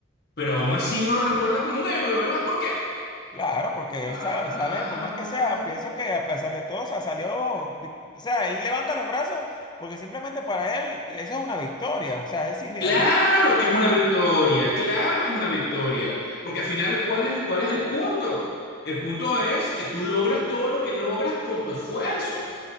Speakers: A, on the left; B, on the left.
A: Pero aún así uno lo recuerda como un héroe, ¿verdad? ¿Por qué?
B: Claro, porque
A: Ah,
B: él sale, sale, por más que sea, pienso que a pesar de todo, o sea, salió, vi- o sea, él levanta los brazos porque simplemente para él eso es una victoria. O sea, es decir, mira,
A: claro que es una victoria, claro que es una victoria. Porque al final, ¿cuál es, cuál es el punto? El punto es que tú logras todo lo que logras con tu esfuerzo.